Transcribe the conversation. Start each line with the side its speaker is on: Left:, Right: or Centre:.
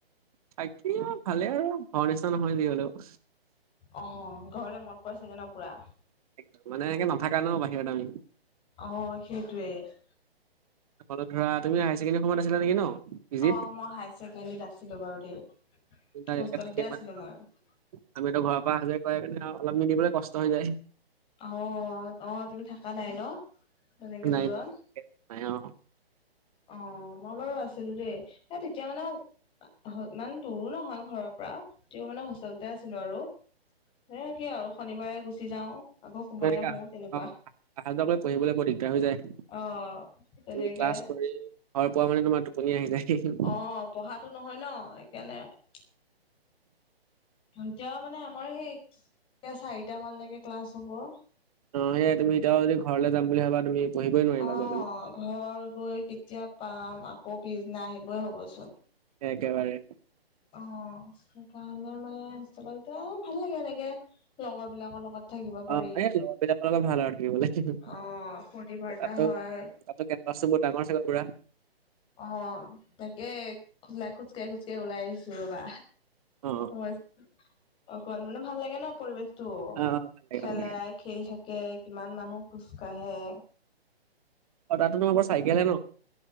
Right: থাকি আৰু ভালে আৰু ঘৰ নিচিনা নহয় যি হ'লেও
Left: অ ঘৰলে মনত পৰে চাগে ন পুৰা
Right: একদম মানে এনেকে নাথাকা ন বাহিৰত আমি
Left: অঁ সেইটোৱেই। <unintelligible>
Right: <unintelligible> ধৰা হায়াৰ ছেকেণ্ডাৰীৰ সময়ত আছিলা নেকি ন? পিজিত
Left: অঁ মই হায়াৰ ছেকেণ্ডাৰীত আছিলো বাৰু দেই।
Right: দেউতা এনেকে
Left: হোষ্টেলতে
Right: থাকেই
Left: আছিলো
Right: মানে ন।
Left: মই। <unintelligible>
Right: আমিতো ঘৰৰ পৰা অহা-যোৱা কৰা কাৰনে আউ অলপ মিলিবলৈ কষ্ট হৈ যায়। <unintelligible>
Left: অঁ-অঁ! তুমি থাকা নাই ন? <inaudible> তেনেকে
Right: নাই-নাই
Left: দূৰত?
Right: <inaudible> নাই অঁ!
Left: অঁ মই বাৰু আছিলো দেই। সেই তেতিয়া মানে <unintelligible> <unintelligible> ইমান দূৰো নহয় ঘৰৰ পৰা, তেতিয়াও মানে হোষ্টেলতে আছিলো আৰু। সেই কি আৰু শনিবাৰে গুচি যাওঁ। <inaudible>
Right: <unintelligible>
Left: আহো তেনেকুৱা।
Right: অঁ আহা-যোৱা কৰি পঢ়িবলৈ বৰ দিগদাৰ হৈ যায়।
Left: অ
Right: <inaudible>
Left: তেনেকে
Right: তুমি ক্লাছ কৰি ঘৰ পোৱা মানে তোমাৰ টোপনি আহি যায়। <unintelligible>
Left: অঁ পঢ়াতো নহয় ন সেইকাৰণে? <unintelligible> এতিয়া মানে আমাৰ সেই এতিয়া চাৰিটামানলৈকে ক্লাছ হ'ব। <unintelligible>
Right: অঁ সেইয়াই তুমি এতিয়াও যদি ঘৰলে যাম বুলি ভাবা তুমি <unintelligible>
Left: অঁ
Right: গৈ পেলাই
Left: ঘৰ গৈ কেতিয়া পাম, আকৌ পিছদিনা আহিবই হ'ব চোন। <inaudible>
Right: একেবাৰে <unintelligible>
Left: অঁ সেইকাৰণে মানে হোষ্টেলত এতিয়া ভাল লাগে এনেকে লগৰবিলাকৰ লগত। <unintelligible> পাৰি
Right: অঁ এই লগৰবিলাকৰ লগত ভাল আৰু থাকিবলে <unintelligible>
Left: অ ফূৰ্তি ফাৰ্তা
Right: তাতো
Left: হয়
Right: তাতো কেম্পাচটো বৰ ডাঙৰ চাগে পুৰা? <inaudible>
Left: অঁ তাকে <unintelligible> খোজকাঢ়ি-খোজকাঢ়ি ওলাই আহিছো ৰবা।
Right: অ
Left: মই <unintelligible> অকণ মানে ভাল লাগে ন পৰিৱেশটো,
Right: অ ভাল লাগে
Left: খেলাই
Right: ভাল লাগে
Left: <inaudible> খেলি থাকে, কিমান মানুহ খোজ কাঢ়ে। <inaudible>
Right: অঁ তাতো তোমাৰ <unintelligible> চাইকেলহে ন?